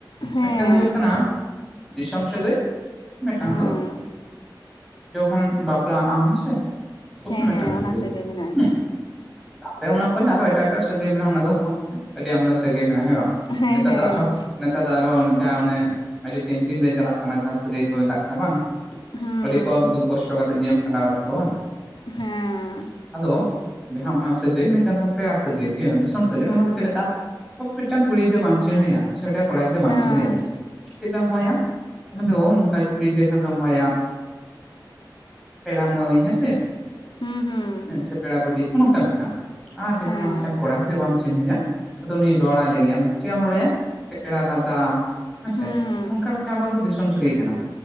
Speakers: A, on the left (about 85°); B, in the centre.
A: ᱦᱮᱸ
B: ᱢᱮᱫᱴᱮᱱ ᱫᱚ ᱦᱳᱭᱩᱜ ᱠᱟᱱᱟ ᱫᱤᱥᱚᱢ ᱥᱟᱹᱜᱟᱹᱭ ᱢᱮᱫᱴᱟᱝ
A: ᱦᱮᱸ
B: ᱫᱚ ᱡᱚᱠᱷᱚᱱ ᱵᱟᱯᱞᱟᱜ ᱟᱢ ᱦᱮᱸᱥᱮ ᱛᱚᱠᱷᱚᱱ
A: ᱦᱮᱸ
B: ᱢᱮᱫ
A: ᱦᱮᱸ
B: ᱴᱟᱝ ᱥᱟᱺᱜᱟᱭ᱾
A: ᱚᱱᱟ ᱥᱟᱹᱜᱟᱹᱭ ᱢᱮᱱᱟᱜ
B: ᱦᱩ,
A: ᱟᱠᱟᱫᱟ
B: ᱛᱟᱯᱚᱨᱮ ᱚᱱᱟ ᱯᱚᱨᱮ ᱟᱨᱚ ᱮᱴᱟᱜ ᱮᱴᱟᱜ ᱥᱟᱹᱜᱟᱭ ᱢᱮᱱᱟᱜᱼᱟ ᱚᱱᱟ ᱫᱚ ᱟᱹᱰᱤ ᱟᱢᱫᱟ ᱥᱟᱹᱜᱟᱭ ᱢᱮᱱᱟᱜᱼᱟ ᱦᱮᱸ ᱵᱟᱝ,
A: ᱦᱮᱸ
B: ᱱᱮᱛᱟᱨ
A: ᱦᱮᱸ
B: ᱫᱚ ᱟᱨᱦᱚᱸ ᱱᱮᱛᱟᱨ ᱫᱚ ᱟᱨᱦᱚᱸ ᱡᱟᱦᱟᱸ ᱚᱱᱮ ᱟᱹᱰᱤ ᱴᱮᱱᱰᱤᱝ ᱨᱮ ᱪᱟᱞᱟᱜ ᱠᱟᱱᱟ ᱡᱟᱦᱟᱸ ᱥᱟᱹᱜᱟᱹᱭ ᱠᱚ ᱢᱮᱛᱟᱜ ᱠᱟᱱᱟ ᱵᱟᱝ
A: ᱦᱮᱸ
B: ᱟᱹᱰᱤ ᱠᱚ ᱫᱩᱠ ᱠᱚᱥᱴᱚ ᱠᱟᱛᱮ ᱡᱤᱭᱚᱱ ᱠᱷᱟᱸᱰᱟᱣᱠᱟᱜ <unintelligible> ᱵᱟᱝ?
A: ᱦᱮᱸ,
B: ᱟᱫᱚ ᱡᱟᱦᱟᱸ ᱚᱱᱟ ᱥᱟᱹᱜᱟᱹᱭ ᱢᱤᱫᱴᱟᱝ ᱫᱚ ᱯᱮᱲᱟ ᱥᱟᱹᱜᱟᱹᱭ ᱫᱤᱥᱚᱢ ᱥᱟᱹᱜᱟᱹᱭ, ᱚᱱᱟ ᱫᱚ ᱪᱮᱫ ᱞᱮᱠᱟ? ᱢᱤᱫᱴᱟᱝ ᱠᱩᱲᱤ ᱜᱤᱫᱽᱨᱟᱹ ᱵᱟᱢ ᱪᱤᱱᱦᱟᱹᱣᱮᱭᱟ ᱥᱮ ᱢᱤᱫᱴᱟᱝ ᱠᱚᱲᱟ ᱜᱤᱫᱽᱨᱟᱹ ᱵᱟ
A: ᱦᱮᱸ
B: ᱪᱤᱱᱦᱟ. ᱣᱮᱭᱟ ᱪᱮᱫ ᱠᱟᱢ ᱦᱚᱦᱚ ᱟᱭᱟ? ᱚᱱᱟ ᱫᱚ ᱱᱚᱝᱠᱟ ᱠᱩᱲᱤ ᱜᱤᱫᱽᱨᱟᱹ ᱠᱷᱟᱱ ᱫᱚᱢ ᱦᱚᱦᱚ ᱟᱭᱟ ᱯᱮᱲᱟ ᱢᱟᱹᱭ, ᱦᱮᱸᱥᱮ,
A: ᱦᱩᱸ ᱦᱩᱸ
B: ᱦᱮᱸ ᱥᱮ ᱯᱮᱲᱟ ᱵᱩᱰᱤ, ᱚᱱᱚ ᱚᱱᱠᱟ ᱢᱤᱫᱴᱟᱝ ᱟᱨ ᱡᱚᱠᱷᱚᱱ
A: ᱦᱮᱸ
B: ᱟᱢ ᱢᱤᱫᱴᱟᱝ ᱠᱚᱲᱟ <unintelligible> ᱵᱟᱢ ᱪᱤᱱᱦᱟᱹᱣᱮᱭᱟ ᱟᱫᱚ ᱩᱱᱤ ᱨᱚᱲᱟᱭ ᱞᱟᱹᱜᱤᱫ ᱮᱢ ᱪᱮᱫ ᱮᱢ ᱨᱚᱲ ᱟᱭᱟ? ᱯᱮᱲᱟ ᱫᱟᱫᱟ᱾ ᱦᱮᱸᱥᱮ
A: ᱦᱩᱸ
B: ᱚᱱᱠᱟ ᱢᱤᱫᱴᱟᱝ ᱟᱵᱚᱣᱟᱜ ᱫᱚ ᱫᱤᱥᱚᱢ ᱥᱟᱺᱜᱟᱭ ᱠᱟᱱᱟ᱾